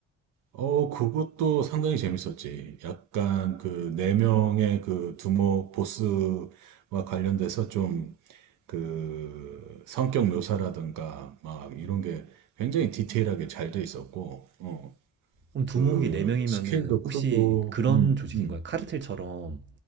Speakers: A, on the right; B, on the right.
A: 어, 그것도 상당히 재밌었지. 약간 그, 네 명의 그 두목 보스와 관련돼서 좀, 그, 성격 묘사라든가, 막, 이런 게 굉장히 디테일하게 잘 돼 있었고, 어,
B: 그럼 두목이
A: 그,
B: 4명이면은
A: 스케일도
B: 혹시
A: 크고,
B: 그런
A: 음,
B: 조직인
A: 음,
B: 거야? 카르텔처럼